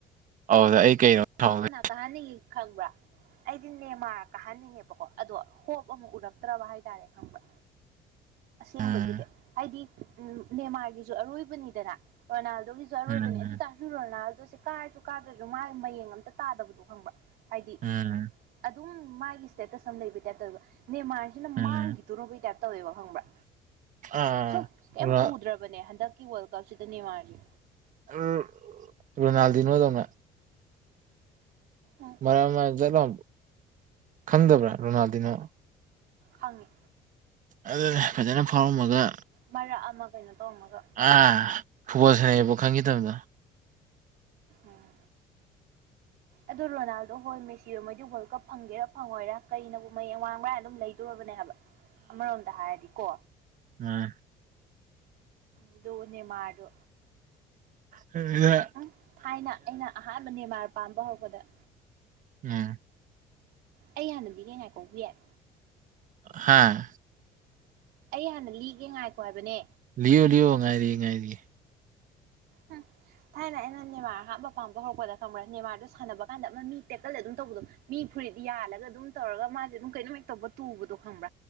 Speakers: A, on the right; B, on the right.
A: ꯑꯧꯗꯨꯗ ꯑꯩ ꯀꯩꯅꯣ ꯁꯥꯎꯗꯦ
B: ꯀꯍꯥꯅꯤꯒꯤ ꯈꯡꯕ꯭ꯔꯥ ꯑꯩꯗꯤ ꯅꯦꯃꯥꯔ ꯀꯥꯍꯟꯅꯤꯡꯉꯦꯕꯀꯣ ꯑꯗꯣ ꯍꯣꯞ ꯑꯃ ꯎꯔꯛꯇ꯭ꯔꯕ ꯍꯥꯏꯇꯥꯔꯦ ꯈꯪꯕ꯭ꯔ ꯑꯁꯦꯡꯕꯒꯤꯗꯤ
A: ꯎꯝ
B: ꯍꯥꯏꯗꯤ ꯎꯝ ꯅꯦꯃꯥꯔꯒꯤꯁꯨ ꯑꯔꯣꯏꯕꯅꯤꯗꯅ ꯔꯣꯅꯥꯜꯗꯣꯒꯤꯁꯨ ꯑꯔꯣꯏꯕꯅꯦ
A: ꯎꯝ
B: ꯑꯗꯨ ꯇꯥꯔꯁꯨ ꯔꯣꯅꯥꯜꯗꯣꯁꯦ ꯀꯥꯔꯁꯨ ꯀꯥꯗ꯭ꯔꯁꯨ ꯃꯥ ꯃꯌꯦꯡ ꯑꯝꯇ ꯇꯥꯗꯕꯗꯣ ꯈꯪꯕ꯭ꯔꯥ ꯍꯥꯏꯗꯤ
A: ꯎꯝ
B: ꯑꯗꯨꯝ ꯃꯥꯒꯤ ꯏꯁꯇꯦꯇꯁ ꯑꯃ ꯂꯩꯕ ꯇꯥꯏꯞꯇ ꯇꯧꯋꯦꯕ ꯅꯦꯃꯥꯔ ꯖꯤꯅ
A: ꯎꯝ
B: ꯃꯥꯡꯒꯤꯗꯣꯔꯕꯩ ꯇꯥꯏꯞ ꯇꯧꯋꯦꯕ ꯈꯪꯕ꯭ꯔꯥ
A: ꯑꯥ
B: ꯁꯨꯝ ꯀꯩꯝ
A: ꯔꯣꯅꯥ
B: ꯎꯗ꯭ꯔꯕꯅꯦ ꯍꯟꯗꯛꯀꯤ ꯋꯥꯜ ꯀꯞꯁꯤꯗ ꯅꯦꯃꯥꯥꯔꯖꯦ
A: ꯎꯝ ꯔꯣꯅꯥꯜꯗꯤꯅꯣꯗꯧꯅ
B: ꯎꯝ
A: ꯃꯔꯛ ꯑꯃ ꯈꯡꯗꯕ꯭ꯔꯥ ꯔꯣꯅꯥꯜꯗꯤꯅꯣ
B: ꯍꯪꯉꯦ
A: ꯑꯗꯨꯅ ꯡꯦ ꯐꯖꯅ ꯐꯥꯎꯔꯝꯃꯒ
B: ꯃꯔꯛ ꯑꯃ ꯀꯩꯅꯣ ꯇꯧꯔꯝꯃꯒ
A: ꯑꯥ ꯐꯨꯠꯕꯣꯜ ꯁꯥꯟꯅꯩꯕꯧ ꯈꯪꯒꯤꯗꯕꯗꯣ
B: ꯎꯝ ꯑꯗꯣ ꯔꯣꯅꯥꯜꯗꯣ ꯍꯣꯏ ꯃꯦꯁꯤ ꯍꯣꯏ ꯃꯣꯏꯗꯤ ꯋꯥꯜ ꯀꯞ ꯐꯪꯒꯦꯔꯥ ꯐꯪꯉꯣꯏꯔꯥ ꯀꯩꯅꯕꯨ ꯃꯩꯌꯦꯛ ꯃꯥꯡꯕ꯭ꯔꯥ ꯍꯥꯏꯅ ꯑꯗꯨꯝ ꯂꯩꯗꯣꯔꯕꯅꯦ ꯍꯥꯏꯕ ꯑꯃꯔꯣꯝꯗ ꯍꯥꯏꯔꯗꯤꯀꯣ
A: ꯎꯝ
B: ꯑꯗꯣ ꯅꯦꯃꯥꯔꯗꯣ
A: ꯍ <unintelligible>
B: ꯎꯝ ꯊꯥꯏꯅ ꯑꯩꯅ ꯑꯍꯥꯟꯕ ꯅꯦꯃꯥꯔ ꯄꯥꯝꯕ ꯍꯧꯔꯛꯄꯗ
A: ꯎꯝ
B: ꯑꯩ ꯍꯥꯟꯅꯗꯤꯅꯦ ꯉꯥꯏꯀꯧꯕꯤ ꯌꯥꯏ
A: ꯍꯥꯥ
B: ꯑꯩ ꯍꯥꯟꯅ ꯂꯤꯒꯦ ꯉꯥꯏꯈꯣ ꯍꯥꯏꯕꯅꯦ
A: ꯂꯤꯌꯣ ꯂꯤꯌꯣ ꯉꯥꯏꯔꯤꯌꯦ ꯉꯥꯏꯔꯤꯌꯦ
B: ꯍꯨꯝ ꯊꯥꯏꯅ ꯑꯩꯅ ꯅꯦꯃꯥꯔ ꯑꯍꯥꯟꯕ ꯄꯥꯝꯕ ꯍꯧꯔꯛꯄꯗ ꯈꯪꯕ꯭ꯔꯥ ꯅꯦꯃꯥꯔꯗꯨ ꯁꯥꯟꯅꯕ ꯀꯥꯟꯗ ꯑꯃ ꯃꯤ ꯇꯦꯛꯀꯜ ꯑꯗꯨꯝ ꯇꯧꯕꯗꯣ ꯃꯤ ꯐꯨꯔꯤꯠ ꯌꯥꯜꯂꯒ ꯑꯗꯨꯝ ꯇꯧꯔꯒ ꯃꯥꯁꯦ ꯑꯗꯨꯝ ꯀꯩꯅꯣꯝꯍꯦꯛ ꯇꯧꯕ ꯇꯨꯕꯗꯣ ꯈꯪꯕ꯭ꯔꯥ